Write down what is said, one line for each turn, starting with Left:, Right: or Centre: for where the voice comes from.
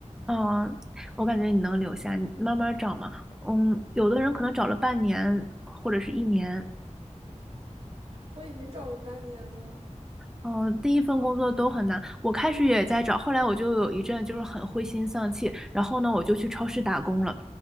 Centre: 哦，我感觉你能留下，你慢慢找嘛。嗯，有的人可能找了半年或者是一年，
Right: 我已经找了半年了。
Centre: 嗯，第一份工作都很难，我开始也在找，后来我就有一阵就是很灰心丧气，然后呢，我就去超市打工了，